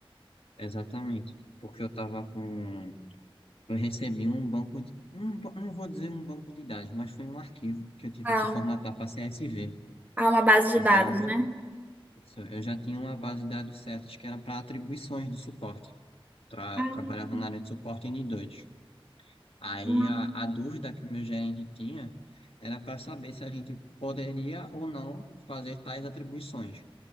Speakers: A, on the left; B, on the right.
A: exatamente, porque eu estava com Eu recebi um banco, de- um, ba- não vou dizer um banco de dados, mas foi um arquivo que eu tive
B: Ah,
A: que formatar para CSV.
B: há uma base de
A: Então,
B: dados,
A: tipo,
B: né?
A: isso, eu já tinha uma base de dados certas que era para atribuições do suporte. Eu tra-
B: Ah,
A: trabalhava na área de suporte n dois Aí
B: hum,
A: a, a dúvida que o meu gerente tinha era para saber se a gente poderia ou não fazer tais atribuições.